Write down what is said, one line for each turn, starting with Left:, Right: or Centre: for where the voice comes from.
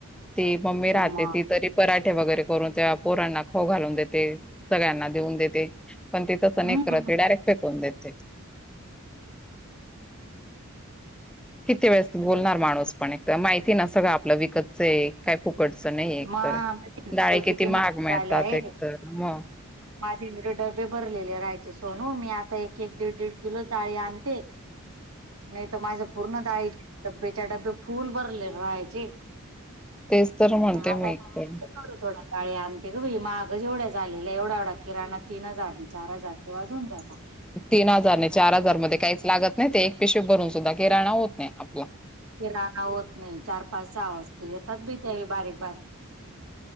Centre: ती मम्मी
Right: मग
Centre: राहते ती तरी पराठे वगैरे करून त्या पोरांना खाऊ घालून देते सगळ्यांना देऊन देते. पण ती तस नाई
Right: हम्म
Centre: करत ती डायरेक्ट फेकून देत. किती वेळेस बोलणार माणूस पण एक तर माहिती ना सगळं आपलं विकतचय. काही फुकटचं नाही एकतर,
Right: मग बाई
Centre: डाळी किती महाग मिळतात
Right: झाले आहे
Centre: एकतर म.
Right: माझे इकडेे डबे भरलेले राहायचे सोनू मी आता एक- एक, दीड- दीड किलोच डाळी आणते.
Centre: <unintelligible>
Right: नाही तर माझं पूर्ण ाळी डबेच्या डबे फुल भरले राहायचे.
Centre: तेच तर म्हणते
Right: आता
Centre: मी का?
Right: थोड थोड्या गळे आणते गंई मागं जेवढ्या झालेल्या एवढा एवढा किराणा तीन हजार चार हजार ते वाजून जात.
Centre: तीन हजार नाही चार हजार मध्ये काहीच लागत नाही ते एक पेशे भरून सुद्धा किराणा होत नाही आपला
Right: किराणा होत नाही चार पाच सहा वाजता येतात बी त्या बारीक बारीक.